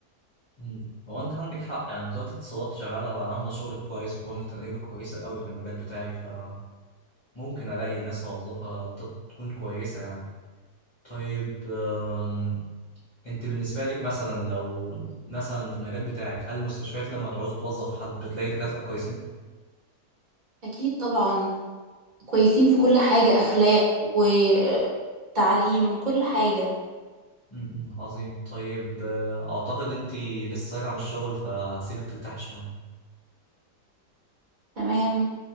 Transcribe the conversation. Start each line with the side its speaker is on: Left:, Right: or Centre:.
Left: مم. هو انت عندك حق يعني وزارة الاتصالات شغالة عاملة شغل كويس وبرامج تدريب كويسة قوي في المجال بتاعي فممكن الاقي ناس اوظفها تكون كويسة يعني طيب آم، انت بالنسبة لك مثلا لو مثلا في المجال بتاعك هل المستشفيات لما تعوز توظف حد بتلاقي دكاترة كويسين؟
Right: اكيد طبعا كويسين في كل حاجة اخلاق وتعليم كل حاجة
Left: م- م. عظيم طيب آه، اعتقد انت لسه راجعة من الشغل فهسيبك ترتاحي شوية
Right: تمام